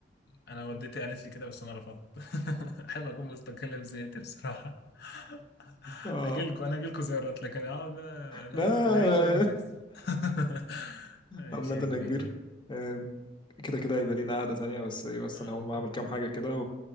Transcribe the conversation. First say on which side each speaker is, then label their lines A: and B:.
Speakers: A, on the left; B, on the left.
A: انا والدتي قالت لي كده بس انا رفضت <laughs> احب اكون مستقل بذاتي بصراحة <laughs>
B: اه
A: اجي لكم انا اجي لكم زيارات لكن اقعد انا
B: لا
A: انا عايز انجز
B: <laughs>
A: <laughs> ماشي
B: عامه
A: يا
B: انا
A: كبير
B: كبير آم، كده كده هيبقى لينا قعده تانية بس ايه بس
A: اه
B: انا هقوم اعمل كام حاجه كده